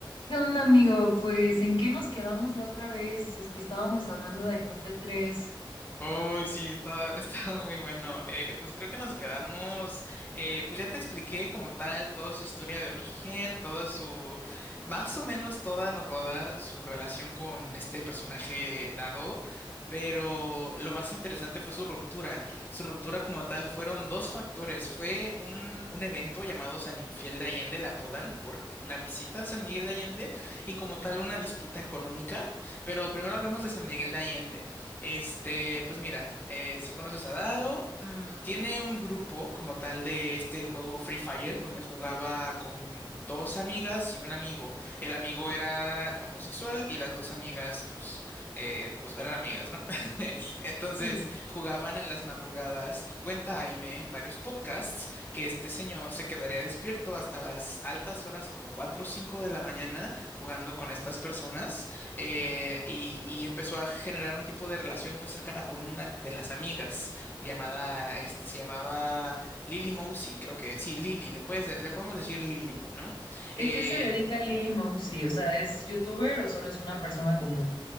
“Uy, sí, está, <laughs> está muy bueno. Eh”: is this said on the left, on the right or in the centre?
Left